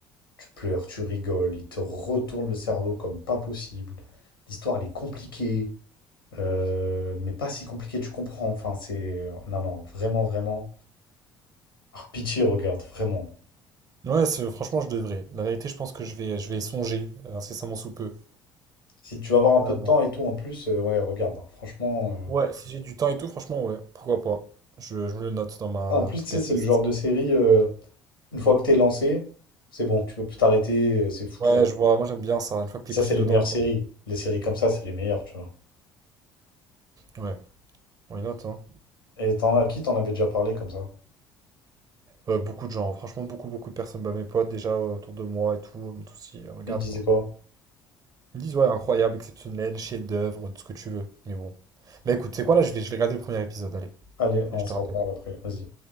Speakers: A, on the left; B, on the right.
A: Tu pleures, tu rigoles, il te retourne le cerveau comme pas possible. L'histoire, elle est compliquée, euh, mais pas si compliquée, tu comprends. Enfin, c'est... Non, non, vraiment, vraiment. Ah, pitié, regarde, vraiment.
B: Ouais, c'est- franchement, je devrais. La vérité, je pense que je vais, je vais songer euh, incessamment sous peu.
A: Si tu vas avoir un peu
B: Vraiment.
A: de temps et tout, en plus, euh, ouais, regarde, hein, franchement... euh,
B: Ouais, si j'ai du temps et tout, franchement, ouais, pourquoi pas. Je, je me le note dans ma
A: En plus,
B: bucket
A: tu sais, c'est
B: list.
A: le genre de série, euh, une fois que t'es lancé, c'est bon, tu peux plus t'arrêter, euh, c'est foutu.
B: Ouais, je vois, moi j'aime bien ça, une fois que t'es
A: Ça,
B: pris
A: c'est les
B: dedans,
A: meilleures
B: quoi.
A: séries. Les séries comme ça, c'est les meilleures, tu vois.
B: Ouais, on les note, hein.
A: Et t'en, à qui t'en avais déjà parlé comme ça?
B: Euh, beaucoup de gens, franchement, beaucoup, beaucoup de personnes, bah, mes potes déjà euh, autour de moi et tout, ils m'ont tous dit, euh, regarde
A: Il disait
B: quoi.
A: quoi?
B: Ils me disent, ouais, incroyable, exceptionnel, chef-d'œuvre, tout ce que tu veux. Mais bon. Bah écoute, c'est quoi là, je vais, je vais regarder le premier épisode, allez.
A: Allez, on
B: Je
A: se
B: te
A: reparle
B: rappelle.
A: après, vas-y.